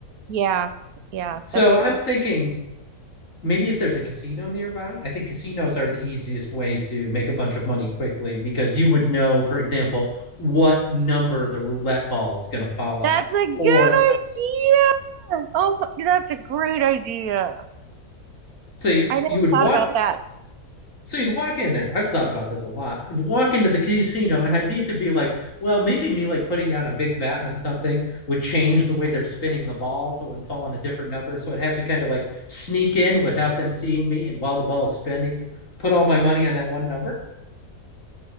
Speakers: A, on the right; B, on the left.
A: Yeah, yeah,
B: So
A: that's true.
B: I'm thinking maybe if there's a casino nearby, I think casinos are the easiest way to make a bunch of money quickly because you would know, for example, what number the roulette ball is going to fall on.
A: That's a good
B: Or
A: idea. Oh, that's a great idea.
B: so you,
A: I never
B: you would
A: thought
B: walk
A: about that.
B: So you'd walk in there. I've thought about this a lot. I'd walk into the casino and I'd need to be like, well, maybe me like putting down a big bet on something would change the way they're spinning the ball so it would fall on a different number. So I'd have to kind of like sneak in without them seeing me and while the ball is spinning, put all my money on that one number.